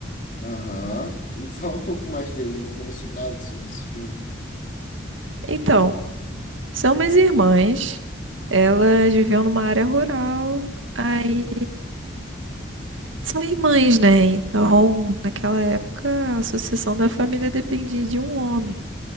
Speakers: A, on the left; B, on the right.
A: Aham. Me Fala <laughs> um pouco mais dele, eu não conheço nada sobre esse filme.
B: Então, são umas irmãs, elas viviam numa área rural, aí são irmãs, né? Então, naquela época, a sucessão da família dependia de um homem,